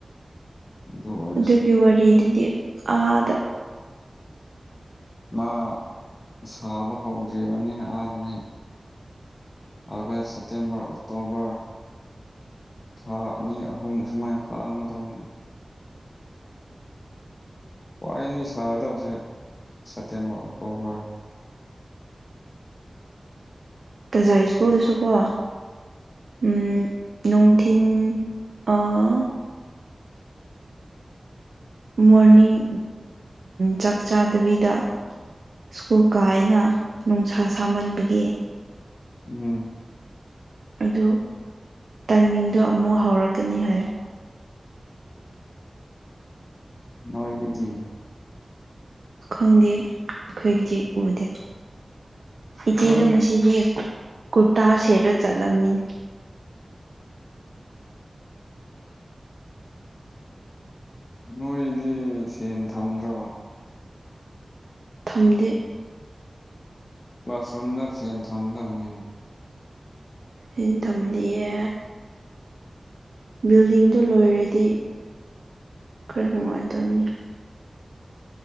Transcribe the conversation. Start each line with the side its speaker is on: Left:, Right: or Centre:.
Left: ꯑꯗꯨ ꯑꯣꯏꯔꯁꯨ
Right: ꯑꯗꯨꯒꯤ ꯋꯥꯔꯤꯗꯨꯗꯤ ꯑꯥꯗ
Left: ꯃꯥ ꯁꯥꯕ ꯍꯧꯗ꯭ꯔꯤꯕꯅꯤꯅ ꯑꯥꯗꯗꯤ ꯑꯒꯁ ꯁꯦꯞꯇꯦꯝꯕꯔ ꯑꯣꯛꯇꯣꯕꯔ ꯊꯥ ꯑꯅꯤ ꯑꯍꯨꯝ ꯁꯨꯃꯥꯏꯅ ꯈꯥꯡꯒꯗꯕꯅꯦ ꯈ꯭ꯋꯥꯏꯗꯒꯤ ꯁꯥꯒꯗꯕꯁꯦ ꯁꯦꯞꯇꯦꯝꯕꯔ ꯑꯣꯛꯇꯣꯕꯔ
Right: ꯇꯖꯥꯏ ꯁ꯭ꯀꯨꯜꯗꯁꯨꯀꯣ ꯎꯝ ꯅꯨꯡꯊꯤꯟ ꯑꯥ ꯃꯣꯔꯅꯤꯡ ꯆꯥꯛ ꯆꯥꯗꯕꯤꯗ ꯁ꯭ꯀꯨꯜ ꯀꯥꯏꯅ ꯅꯨꯡꯁꯥ ꯁꯥꯃꯟꯕꯒꯤ
Left: ꯎꯝ
Right: ꯑꯗꯨ ꯇꯥꯏꯃꯤꯡꯗꯣ ꯑꯃꯨꯛ ꯍꯧꯔꯛꯀꯅꯤ ꯍꯥꯏ
Left: ꯃꯣꯏꯒꯤꯗꯤ
Right: ꯈꯪꯗꯦ ꯑꯈꯣꯏꯒꯤꯗꯤ ꯎꯗꯦ ꯏꯆꯦꯗꯣ
Left: ꯅꯣꯏ
Right: ꯉꯁꯤꯗꯤ ꯀꯨꯔꯇꯥ ꯁꯦꯠꯔ ꯆꯠꯂꯝꯃꯤꯅꯤ
Left: ꯅꯣꯏꯗꯤ ꯁꯦꯟ ꯊꯝꯗ꯭ꯔꯣ
Right: ꯊꯝꯗꯦ
Left: ꯀ꯭ꯂꯥꯁꯔꯨꯝꯗ ꯐꯦꯟ ꯊꯝꯗꯧꯅꯤꯅ
Right: ꯏꯟꯊꯝꯗꯤꯌꯦ ꯕꯤꯜꯗꯤꯡꯗꯨ ꯂꯣꯏꯔꯗꯤ ꯈꯔ ꯅꯨꯡꯉꯥꯏꯗꯧꯅꯤ